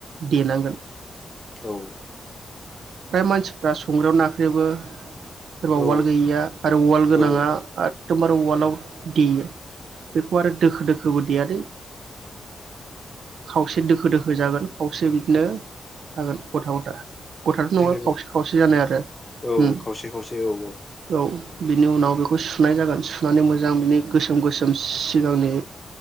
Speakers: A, on the right; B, on the left.
A: देनांगोन
B: औ
A: फ्राय मानसिफ्रा संग्रायाव नाख्रेबो सोरबा
B: औ
A: उवाल गैयैया आरो उवाल गोनांङा
B: औ
A: एखदमबारे वालाव देयो बेखौ आरो दोखो दोखोबो देयादै खावसे दोखो दोखो जागोन खावसे बिदिनो थागोन गथा गथा गथाथ' नङा
B: जेनेबा
A: खावसे खावसे जानाय आरो
B: औ
A: उम
B: खावसे खावसे औ
A: औ बिनि उनाव बेखौ सुनाय जागोन सुनानै मोजां बिनि गोसोम गोसोम सिगांनि